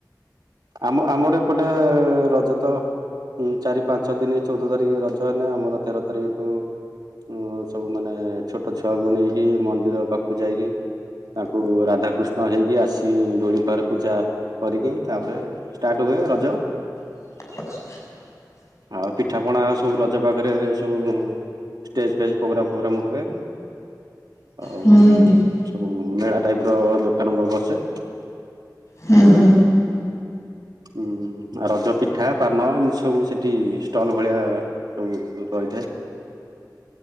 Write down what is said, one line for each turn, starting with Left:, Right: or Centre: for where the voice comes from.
Right: ଆମ-ଆମର ଏପଟେ ରଜ। ତ ଚାରି ପାଞ୍ଚ ଦିନ ଚଉଦ ତାରିକ୍ ରଜ ହେନେ ଆମର ତେର ତାରିଖ ଠୁ ଉଁ ସବୁ ମାନେ ଛୋଟ ଛୁଆକୁ ନେଇକି ମନ୍ଦିର ପାଖକୁ ଯାଇକି। ତାଙ୍କୁ ରାଧାକୃ ଷ୍ଣ ହେଇକି ଆସିିକି ଡୋଳି ପାଖରେ ପୂଜା କରିକି ତାପରେ ଷ୍ଟାର୍ଟ ହୁଏ ରଜ।
Left: <unintelligible>
Right: ଆଉ ପିଠାପଣା ସବୁ ରଜ ପାଖରେ ସବୁ ଷ୍ଟେଜ ଫେଜ ପ୍ରୋଗ୍ରାମ ଫୋଗ୍ରାମ ହୁଏ। ଆଉ
Left: ହୁଁ ହୁଁ
Right: ସବୁ ମେଳା ଟାଇପ ର ଦୋକାନ ବ-ବସେ।
Left: ହୁଁ ହୁଁ।
Right: ହୁଁ ଆଉ ରଜ ପିଠା ପାନ ଏମିତି ସବୁ ସେଠି ଷ୍ଟଲ ଭଳିଆ ସବୁ ରହିଥାଏ।